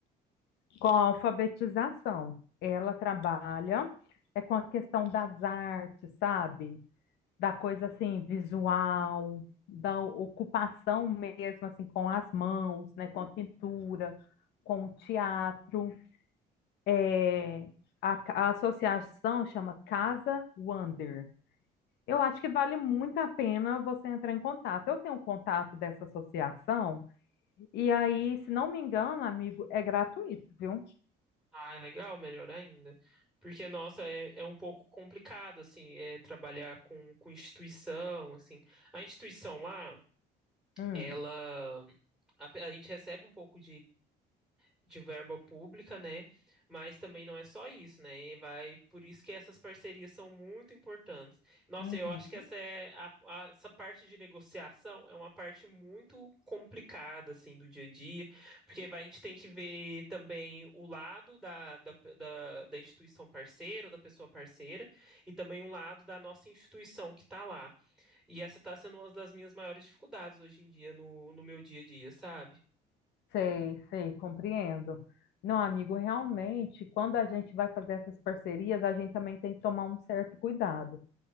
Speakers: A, on the left (about 80°); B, in the centre.
A: com a alfabetização, ela trabalha é com a questão das artes, sabe? da coisa assim, visual, da ocupação mesmo, assim, com as mãos, né, com a pintura, com o teatro. É, a, a associação chama Casa Wander. Eu acho que vale muito a pena você entrar em contato. Eu tenho um contato dessa associação, e aí, se não me engano, amigo, é gratuito, viu?
B: Ah, é legal, melhor ainda. Porque, nossa, é, é um pouco complicado, assim, é, trabalhar com, com instituição, assim. A instituição lá,
A: Hum,
B: ela... A, a gente recebe um pouco de verba pública, né? Mas também não é só isso, né? E Vai, por isso que essas parcerias são muito importantes. Nossa,
A: uhum.
B: eu acho que essa é a- a- essa parte de negociação é uma parte muito complicada assim do dia a dia, porque vai, a gente tem que ver também o lado da, da, da, da instituição parceira, ou da pessoa parceira, e também o lado da nossa instituição que está lá. E essa está sendo uma das minhas maiores dificuldades hoje em dia no, no meu dia a dia, sabe?
A: Sei, sei, compreendo. Não, amigo, realmente, quando a gente vai fazer essas parcerias, a gente também tem que tomar um certo cuidado.